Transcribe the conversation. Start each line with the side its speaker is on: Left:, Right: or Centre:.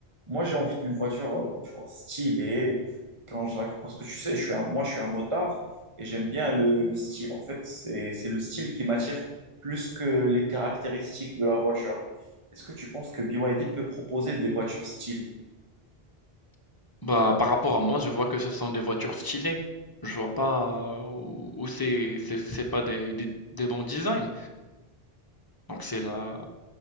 Right: moi, j'ai envie d'une voiture, euh, tu vois, stylée. Quand je la... Parce que tu sais, je suis un... moi, je suis un motard et j'aime bien le, le style. En fait, c'est, c'est le style qui m'attire plus que les caractéristiques de la voiture. Est-ce que tu penses que BYD peut proposer des voitures stylées?
Left: bah, par rapport à moi, je vois que ce sont des voitures stylées. Je vois pas euh, où où c'est c'est c'est pas des, des- des bons designs. Donc c'est là.